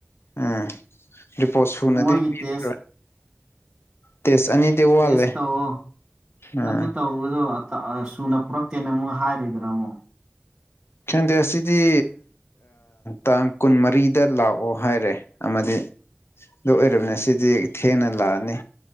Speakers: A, on the left (about 80°); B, on the right (about 20°).
A: ꯎꯝ ꯔꯤꯄꯣꯔꯠ ꯁꯨꯅꯗꯤ
B: ꯃꯣꯏꯒꯤ
A: ꯄꯤꯔꯔꯣꯏ
B: ꯇꯦꯁ
A: ꯇꯦꯁ ꯑꯅꯤꯗꯤ ꯋꯥꯠꯂꯦ
B: ꯇꯦꯁ ꯇꯧꯑꯣ
A: ꯎꯝ
B: ꯑꯗꯨ ꯇꯧꯕꯗꯣ ꯁꯨꯅ ꯄꯨꯔꯛꯇꯦꯅ ꯑꯃꯨꯛ ꯍꯥꯏꯔꯣꯏꯗꯔꯥ ꯑꯃꯨꯛ
A: ꯈꯪꯗꯦ ꯑꯁꯤꯗꯤ ꯇꯥꯡ ꯀꯨꯟꯃꯔꯤꯗ ꯂꯥꯛꯑꯣ ꯍꯥꯏꯔꯦ ꯑꯃꯗꯤ ꯑꯗꯨ ꯑꯣꯏꯔꯕꯅꯤꯅ ꯁꯤꯗꯤ ꯊꯦꯡꯅ ꯂꯥꯛꯑꯅꯤ